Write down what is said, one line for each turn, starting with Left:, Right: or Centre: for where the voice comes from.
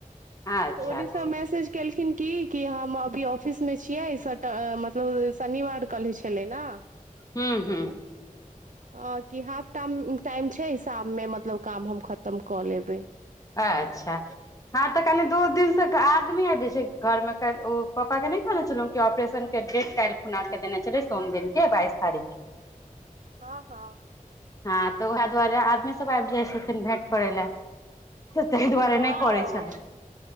Left: हेत अच्छा
Right: तऽ ओनीसँ
Left: अच्छा
Right: मैसेज केलखिन की कि हम अभी ऑफिस मे छियै सट मतलब शनिवार कहने छेलय न
Left: हू हू
Right: हँ कि हाफ टाम टाइम छै शाममे मतलब काम हम खतम कऽ लेबै
Left: अच्छा हँ तऽ कनी दू दिन तक आदमी आ जे छै घर मे ओ पप्पा के नहि कहने छलौं कि ऑपरेशन के डेट काल्हि खुना के देने छेलय सोम दिन के बाइस तारीख के
Right: हँ हँ
Left: हँ तऽ ओहय दुआरे आदमी सब आबि जाइ छथिन भेंट करय लए तऽ ताहि दुआरे
Right: हँ
Left: नहि करै छलहुँ